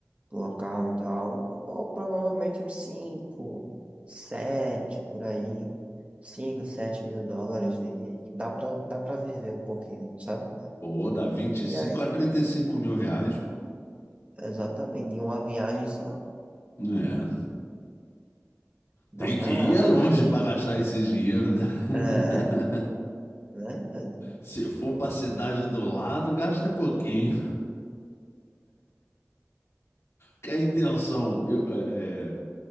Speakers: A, on the right; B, on the left.
A: do local e tal, ou, ou provavelmente uns cinco, sete, por aí, cinco, sete mil dólares, né? e dá pra, dá pra viver um pouquinho, sabe?
B: Pô, ou dá vinte e cinco
A: E aí,
B: a 35 mil reais, pô.
A: exatamente, em uma viagem só,
B: É,
A: dá
B: tem
A: pra,
B: que ir é
A: dá
B: longe
A: pra viver.
B: para gastar esse dinheiro, né?
A: É, <laughs>
B: <laughs>
A: é verdade.
B: Se for para a cidade do lado, gasta pouquinho. Que a intenção, eu, é, é,